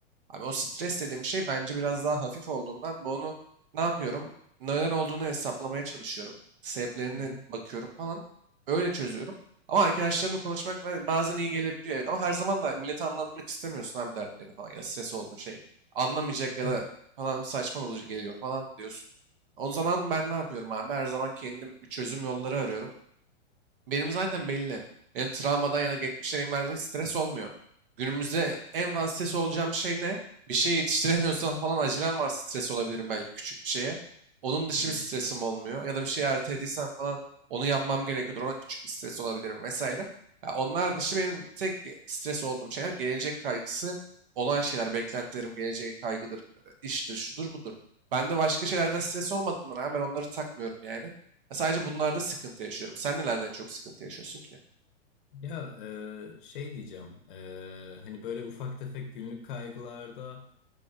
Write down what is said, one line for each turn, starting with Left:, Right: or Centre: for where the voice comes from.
Right: abi o stres dediğim şey bence biraz daha hafif olduğundan bunu ne yapıyorum? Neden olduğunu hesaplamaya çalışıyorum. Sebeplerine
Left: Hı hı.
Right: bakıyorum falan. Öyle çözüyorum. Ama arkadaşlarımla konuşmak ba- bazen iyi gelebiliyor evet ama her zaman da millete anlatmak istemiyorsun abi dertlerini falan ya da stres olduğun şeyi anlamayacak ya
Left: Tabii.
Right: da falan saçma olucu geliyor falan diyorsun. O zaman ben ne yapıyorum abi? Her zaman kendim bir çözüm yolları arıyorum. Benim zaten belli. Benim travmadan ya da geçmiş deneyimlerden hiç stres olmuyor. Günümüzde en fazla stres olacağım şey ne? Bir şey yetiştiremiyorsam falan acelem var stres olabilirim belki küçük bir şeye. Onun dışı
Left: Hı hı.
Right: bir stresim olmuyor. Ya da bir şeyi ertelediysem falan onu yapmam gerekiyordur. Ona küçük bir stres olabilirim vesaire. Ya onlar dışı benim tek stres olduğum şeyler gelecek kaygısı olan şeyler. Beklentilerim geleceğe kaygıdır, e, iştir, şudur budur. Ben de başka şeylerden stres olmadığından abi ben onları takmıyorum yani. Ya Sadece bunlarda sıkıntı yaşıyorum. Sen nelerden çok sıkıntı yaşıyorsun ki?
Left: Ya e, şey diyeceğim e, hani böyle ufak tefek günlük kaygılarda